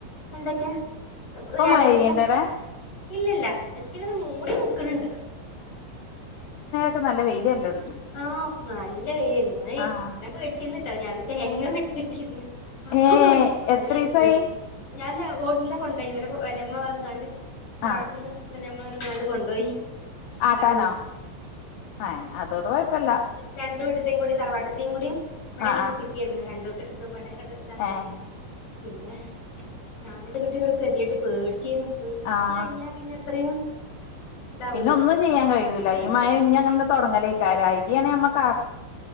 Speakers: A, on the left (about 45°); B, on the left (about 80°).
A: എന്തൊക്കെ
B: ഇപ്പൊ
A: രാവിലക്ക്
B: മഴ പെയ്യ്ണ്ടടെ
A: എന്താ ഇല്ലല്ല ജസ്റ്റ് ഇങ്ങനെ മൂടി നിക്ക് ണണ്ട്
B: ഇപ്പം നല്ല വെയിൽ വരലൊട്
A: ആഹ് നല്ല <unintelligible>
B: ആഹ്
A: ഞാൻ പേടിച്ചിന്നിട്ടാ ഞാൻ തേങ്ങ വെട്ടി ട്ടീന്ന് അപ്പൊ
B: ഏ
A: തുടങ്ങി മഴയാണ്
B: എത്രീസായി
A: ഞൻ ഓ ഇന്നലെ കൊ ഇപ്പൊ ഇന്നലെ വെല്ലിമ്മ വന്ന് കണ്ട് തറവാട്ട്ന്ന്
B: ആഹ്
A: <unintelligible> കൊണ്ടോയി ആട്ടാൻ
B: ആട്ടാനോ
A: വേണ്ടിട്ട്
B: ആഏ അതോട് കൊഴപ്പല്ല
A: രണ്ടും വീടെത്തും കൂടി തറവാട്ടത്തും കൂടി ഇവിടങ്ങകളിൽ
B: ആഹ് ആഹ്
A: കിട്ടിയാരുന്നു രണ്ട്കൂട്ടാർക്കും
B: ഏഹ്
A: <unintelligible> പിന്നെ ഞാന് ഇത് <unintelligible> പേടിച്ചിന്നു പൂത്ത്
B: ആഹ്
A: കഴിഞ്ഞാൽ പിന്നെ ഇത്രയും ഇതാവൂലേ
B: പിന്നെ ഒന്നും ചെയ്യാൻ കഴിയൂല
A: ഒന്നും
B: ഈ
A: ചെയ്യാൻ
B: മഴ
A: കഴിയില്ല
B: ഇഞ്ഞി അങ്ങനെ തുടങ്ങലേക്കാരായി <unintelligible> നമ്മക്ക് അ